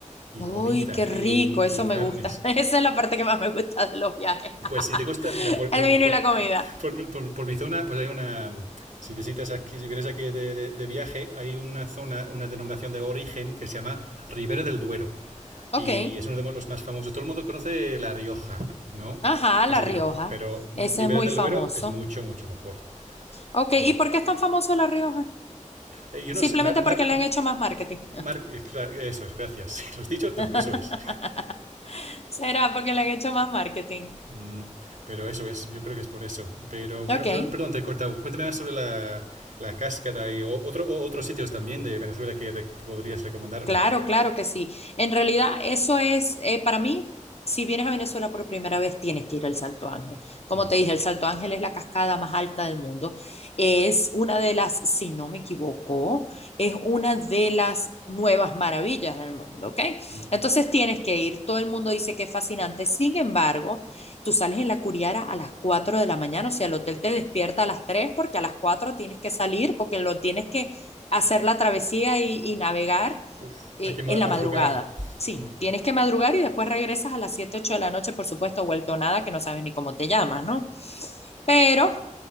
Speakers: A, on the right (about 75°); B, on the left (about 55°).
A: y
B: Uy,
A: comida
B: qué rico,
A: y, y
B: eso
A: carnes
B: me gusta. <laughs> Esa es la parte que más me gusta de los viajes. <laughs>
A: pues si te gusta, mira, por, por,
B: El vino
A: por,
B: y la comida.
A: por, por por mi zona, pues hay una... Si visitas aquí, si vienes aquí de, de- de viaje, hay una zona, una denominación de origen que se llama Ribera del Duero.
B: Ok,
A: Y es uno de los más famosos. Todo el mundo conoce La Rioja, ¿no?
B: ajá,
A: Ese
B: La Rioja.
A: vino. Pero Ribera
B: Ese es muy
A: del
B: famoso.
A: Duero es mucho, mucho mejor.
B: Ok,
A: Mm.
B: ¿y por qué es tan famoso La Rioja?
A: Eh, Yo no
B: Simplemente
A: sé, Mar, Mar-
B: porque le han hecho más marketing.
A: Mar- eh, eso es, gracias. <laughs> Lo has dicho tú,
B: <laughs>
A: eso es.
B: ¿Será porque le han hecho más marketing?
A: Uh -huh. Pero eso es, yo creo que es por eso. Pero,
B: Ok.
A: pero, pero perdón, te he cortado. Cuéntame más sobre la, la cascada y o, otro, o, otros sitios también de Venezuela que re podrías recomendarme.
B: Claro, claro que sí. En realidad, eso es, eh, para mí, si vienes a Venezuela por primera vez, tienes que ir al Salto Ángel. Como
A: Mm,
B: te dije, el Salto Ángel es la cascada más alta del mundo. Es una de las, si no me equivoco, es una de las nuevas maravillas del mundo, ¿ok?
A: mm.
B: Entonces tienes que ir. Todo el mundo dice que es fascinante. Sin embargo, tú sales en la Curiara a las 4 de la mañana, o sea, el hotel te despierta a las 3 porque a las 4 tienes que salir, porque lo tienes que hacer la travesía y, y navegar
A: Uf,
B: eh,
A: hay que ma-
B: en la
A: madrugar.
B: madrugada. Sí,
A: Mm,
B: tienes que madrugar y después regresas a las 7 8 de la noche, por supuesto, vuelto nada, que no sabes ni cómo te llamas, ¿no? Pero